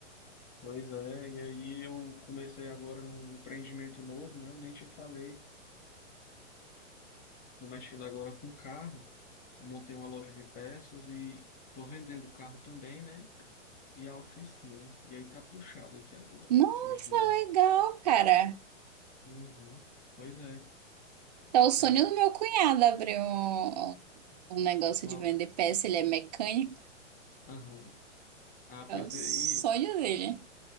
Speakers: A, on the left; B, on the right.
A: pois é. E aí eu comecei agora num empreendimento novo, né? Eu nem te falei. Tô mexendo agora com carro, montei uma loja de peças e tô vendendo carro também, né? E a oficina. E aí tá puxado aqui agora,
B: Nossa,
A: esses dias.
B: legal, cara.
A: Uhum. Pois é.
B: Tá o sonho
A: É,
B: do meu cunhado abrir um, um um negócio
A: uma-
B: de vender peça. Ele é mecânico.
A: aham. Ah,
B: É
A: pois
B: o sonho
A: é, e
B: dele.